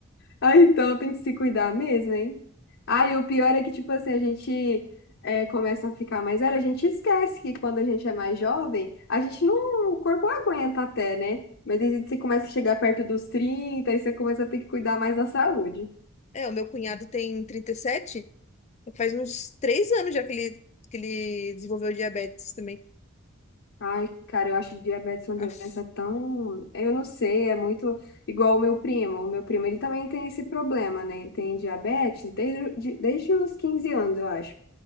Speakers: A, on the left (about 60°); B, on the left (about 30°).
A: Ah, então tem que se cuidar mesmo, hein? Ah, e o pior é que, tipo assim, a gente é, começa a ficar mais velho, a gente esquece que quando a gente é mais jovem, a gente não, o corpo aguenta até, né? Mas aí você começa a chegar perto dos 30, aí você começa a ter que cuidar mais da saúde.
B: É, o meu cunhado tem trinta e sete faz uns três anos já que ele, que ele desenvolveu diabetes também.
A: Ai, cara, eu acho diabetes uma doença
B: Aff.
A: tão. Eu não sei, é muito igual o meu primo. O meu primo, ele também tem esse problema, né? Ele tem diabetes desde, de- desde os 15 anos, eu acho.